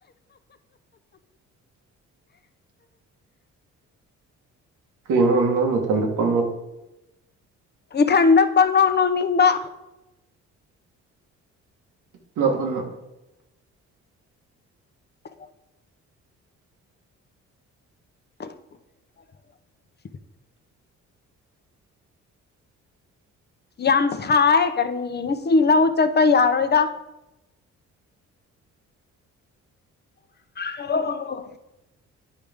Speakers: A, on the right; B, on the left.
A: ꯀ꯭ꯣ ꯇ ꯄ
B: ꯏꯊꯟꯗ ꯄꯪꯅꯧ ꯅꯧꯅꯤꯡꯕ
A: ꯅ ꯎꯅ
B: ꯑ <unintelligible> ꯌꯥꯝ ꯁꯥꯏ ꯀꯔꯤ ꯉꯁꯤ ꯂꯧ ꯆꯠꯄ ꯌꯥꯔꯣꯏꯗ ꯍ ꯍꯣ